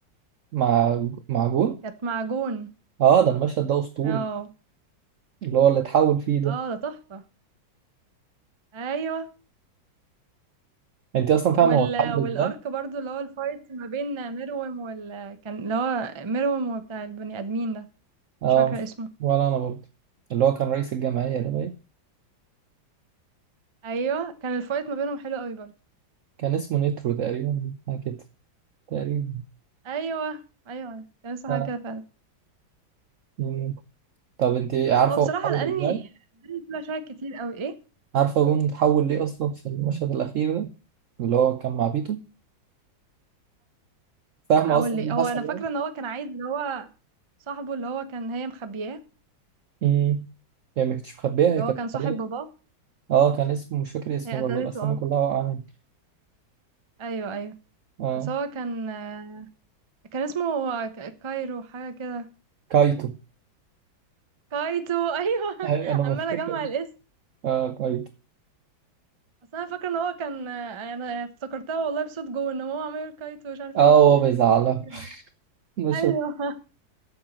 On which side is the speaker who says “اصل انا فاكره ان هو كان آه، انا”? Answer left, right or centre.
Right